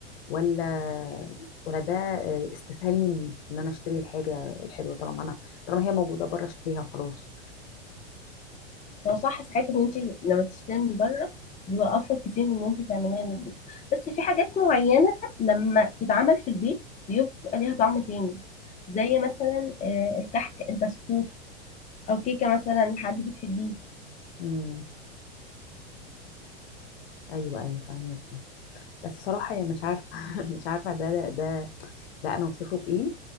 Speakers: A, on the left; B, on the left.
A: ولا ولا ده آه، استسهال مني ان انا اشتري الحاجه الحلوه طالما انا طالما هي موجوده بره اشتريها وخلاص
B: هو صح ساعات ان انت لما تشتري من بره بيبقى افضل كتير من ان انت تعمليها من البيت بس في حاجات معينه لما تتعمل في البيت بيبقى ليها طعم تاني زي مثلا آه، الكحك البسكوت او كيكه مثلا حد بتحبيه
A: امم ايوه ايوه فاهميكي بس صراحه يعني مش عارفه <laughs> مش عارفه ده ده لا انا وصفه بايه